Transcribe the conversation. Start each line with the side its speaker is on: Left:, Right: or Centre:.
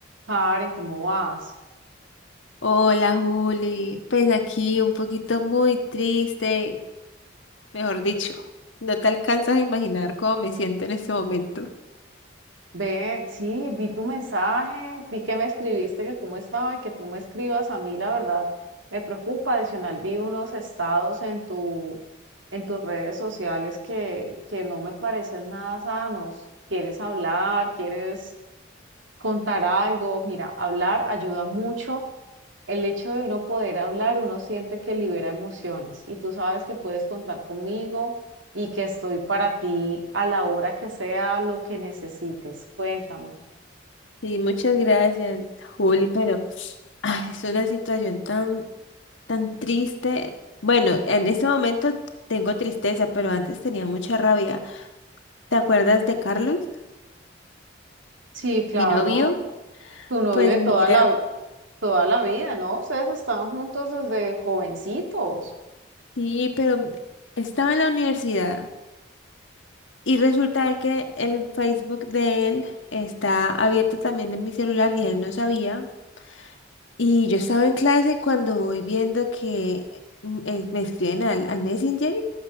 Right: Karen, ¿cómo vas?
Left: Hola Juli, pues aquí un poquito muy triste, mejor dicho, no te alcanzas a imaginar cómo me siento en este momento.
Right: Ve, sí, vi tu mensaje, vi que me escribiste, que cómo estaba y que tú me escribas. A mí, la verdad, me preocupa. Adicional, vi unos estados en tu, en tus redes sociales que, que no me parecen nada sanos. ¿Quieres hablar? ¿Quieres contar algo? Mira, hablar ayuda mucho El hecho de uno poder hablar, uno siente que libera emociones y tú sabes que puedes contar conmigo y que estoy para ti a la hora que sea lo que necesites. Cuéntame.
Left: Sí, muchas gracias Juli, pero ay, es una situación tan, tan triste. Bueno, en este momento tengo tristeza, pero antes tenía mucha rabia. ¿Te acuerdas de Carlos,
Right: Sí, claro,
Left: mi novio?
Right: tu novio
Left: Pues
Right: de
Left: mira,
Right: toda la, vi- toda la vida, ¿no? Ustedes estaban juntos desde jovencitos,
Left: sí, pero estaba en la universidad. Y resulta de que el Facebook de él está abierto también en mi celular y él no sabía. Y yo estaba en clase cuando voy viendo que mm, eh, me escriben al, al Messenger